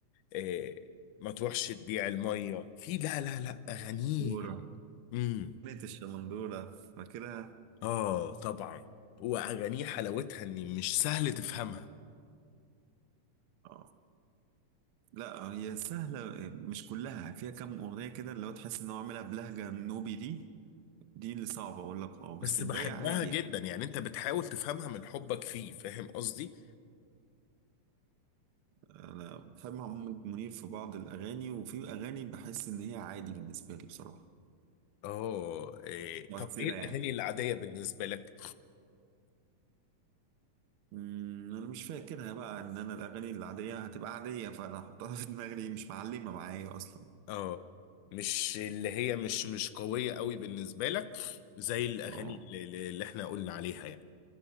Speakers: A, on the left; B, on the right.
A: آه، ما تروحش تبيع الميه في لا لا لا اغانيه
B: دورة
A: امم
B: كانت الشمندورة فاكرها
A: اه طبعا واغانيه حلاوتها ان مش سهل تفهمها
B: اه لا هي سهلة مش كلها فيها كام أغنية كده اللي هو تحس إن هو عاملها بلهجة نوبي دي دي اللي صعبة أقول لك اه بس
A: بس
B: الباقي
A: بحبها
B: عادي
A: جدا
B: يعني
A: يعني انت بتحاول تفهمها من حبك فيه فاهم قصدي
B: أنا بحب محمد منير في بعض الأغاني وفي أغاني بحس إن هي عادي بالنسبة لي بصراحة
A: اه إيه
B: مؤثرة
A: طب ايه الاغاني
B: يعني
A: العاديه بالنسبه لك
B: امم انا مش فاكرها بقى ان انا الاغاني العاديه هتبقى عاديه فانا احطها في دماغي ليه مش معلمه معايا اصلا
A: اه مش اللي هي مش مش قويه قوي بالنسبه لك زي الاغاني
B: اه
A: اللي, اللي احنا قلنا عليها يعني